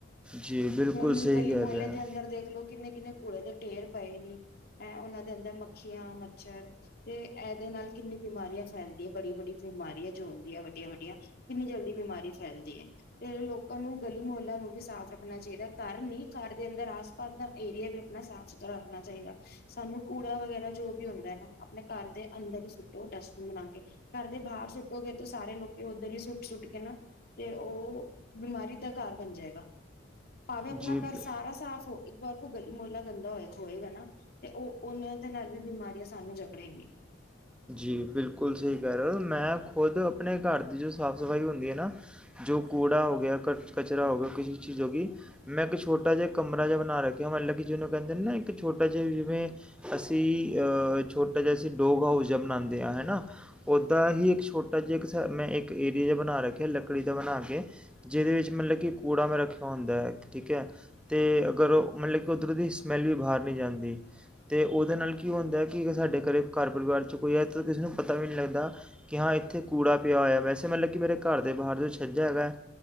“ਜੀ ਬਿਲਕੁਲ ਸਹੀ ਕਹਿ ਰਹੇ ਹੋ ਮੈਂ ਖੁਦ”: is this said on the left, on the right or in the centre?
Centre